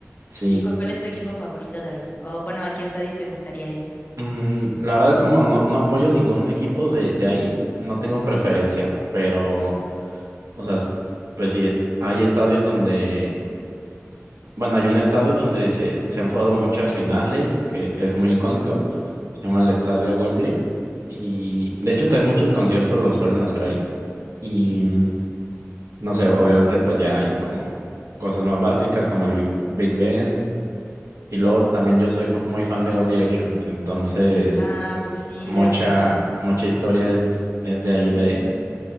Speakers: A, on the right; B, on the left.
A: sí.
B: ¿Y cuál es tu equipo favorito de ahí? O bueno, ¿a qué estadio te gustaría ir?
A: Mm, la verdad, como no, no apoyo ningún equipo de, de ahí, no tengo preferencia, pero, o sea, s- pues sí, est- hay estadios donde Bueno, hay un estadio donde se, se han jugado muchas finales, que es muy icónico. Se llama el Estadio Wembley. Y de hecho también muchos conciertos los suelen hacer ahí. Y mm, no sé, obviamente pues ya hay como cosas más básicas como el Big Big Ben. Y luego también yo soy fu- muy fan de One Direction. Entonces,
B: Ah, pues sí,
A: mucha,
B: de ahí son.
A: mucha historia es, es
B: Sí,
A: de ahí de...